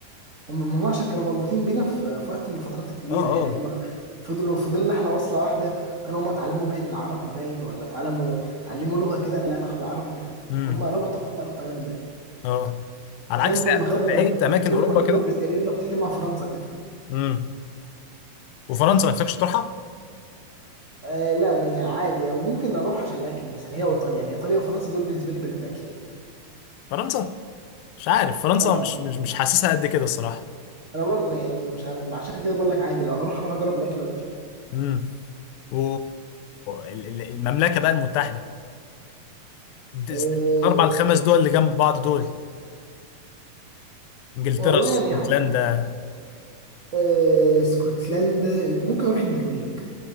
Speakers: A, on the right (about 65°); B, on the left (about 85°).
A: هم هم عشان كانوا مربوطين بينا في في وقت من الفترات الكبيره
B: اه
A: يعني
B: اه
A: هم فضلوا فضلنا احنا واصله واحده وكانوا هم اتعلموا مال العربي باين ولا اتعلموا اتعلموا لغه كده لها علاقه بالعربي ف-
B: امم
A: فهم ربطوا معانا ربطه جامده
B: اه على
A: زي
B: عكس
A: ما المغاربه
B: بقية
A: رب-
B: اماكن
A: زي
B: اوروبا
A: ما المغاربه
B: كده
A: والجزائريين رابطين مع فرنسا كده
B: امم وفرنسا ما نفسكش تروحها
A: آه لا يعني عادي او ممكن اروح عشان الاكل مثلا هي وايطاليا يعني ايطاليا وفرنسا دول بالنسبه لي بلاد اكل
B: فرنسا مش عارف فرنسا
A: اه
B: مش مش مش حاسسها قد كده الصراحه
A: انا برضه يعني مش عم- عشان كده بقول لك عادي لو اروح اروح اجرب الاكل وامشي
B: امم و ال- ال- المملكه بقى المتحده د-
A: أه
B: الاربع الخمس دول اللي جنب بعض دول انجلترا
A: والله
B: اسكتلندا
A: يعني أه اسكتلندا لا، ممكن اروح النرويج